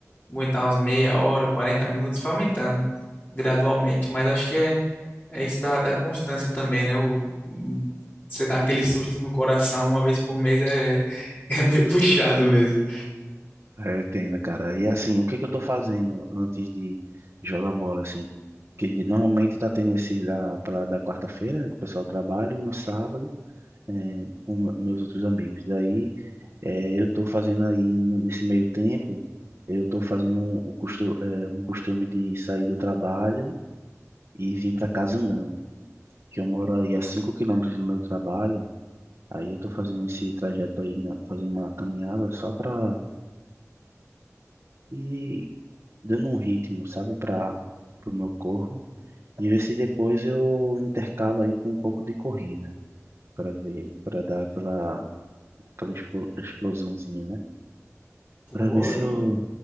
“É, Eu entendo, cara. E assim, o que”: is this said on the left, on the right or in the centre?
Right